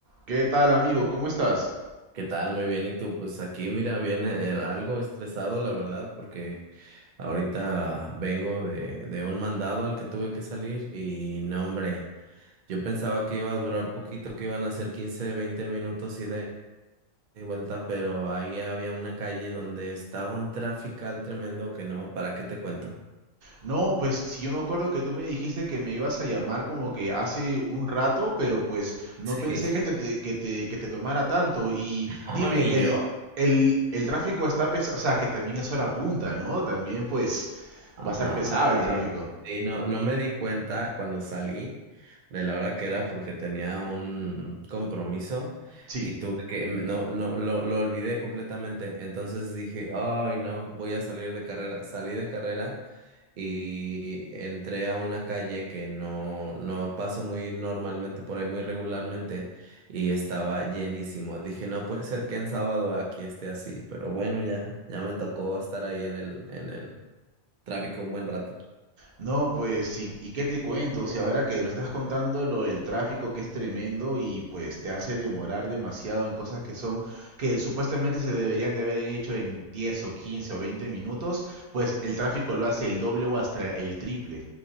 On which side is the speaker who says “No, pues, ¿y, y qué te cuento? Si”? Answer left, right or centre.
Right